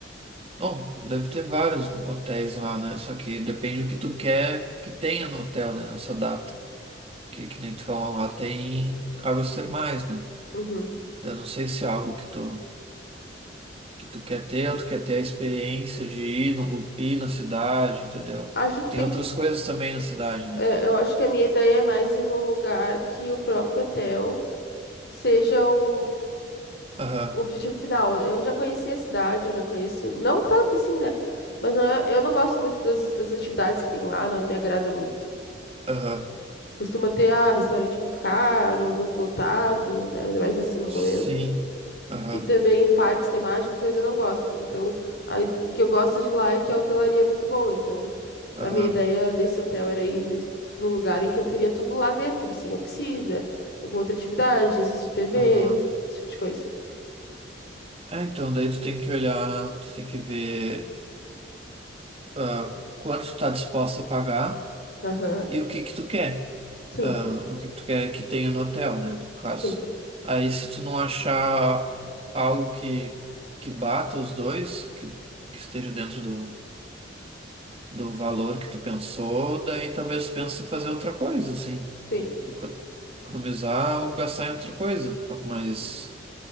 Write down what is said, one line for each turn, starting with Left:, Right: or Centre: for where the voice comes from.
Right: bom, deve ter vários hotéis lá, né? Só que depende do que tu quer que tenha no hotel, né? Nessa data. Que, que nem tu falou lá, tem águas termais, né?
Left: Uhum.
Right: Eu não sei se é algo que tu, que tu quer ter ou tu quer ter a experiência de ir, no, ir na cidade, entendeu?
Left: Acho que
Right: Tem
Left: tem
Right: outras
Left: que
Right: coisas também na cidade, né?
Left: É, eu acho que a minha ideia é mais ir num lugar que o próprio hotel seja o,
Right: Aham,
Left: o objetivo final. Eu já conheci a cidade, eu já conheço, não tanto assim, né? Mas não é- eu não gosto muito das, das atividades que tem lá, não me agrada muito.
Right: aham.
Left: Costuma ter, ah, restaurante muito caro, muito lotado, né? Ainda mais nesse momento.
Right: Sim. Aham,
Left: E também parques temáticos, coisa eu não gosto. Então, a- o que eu gosto de lá é que a hotelaria é muito boa. Então,
Right: aham,
Left: a minha ideia desse hotel era ir nesse, num lugar em que eu teria tudo lá dentro, assim, a piscina, alguma outra atividade, assistir TV,
Right: aham.
Left: esse tipo de coisa.
Right: É, então daí tu tem que olhar, tu tem que ver. ah, quanto tu tá disposto a pagar
Left: Aham.
Right: e o que que tu quer.
Left: Sim,
Right: Ah, o que que tu quer que tenha no hotel, né, no caso.
Left: sim,
Right: Aí se tu não achar algo que, que bata os dois, que, que esteja dentro do, do valor que tu pensou, daí talvez pense em fazer outra coisa, assim.
Left: sim,
Right: Eco- Economizar ou gastar em outra coisa, algo mais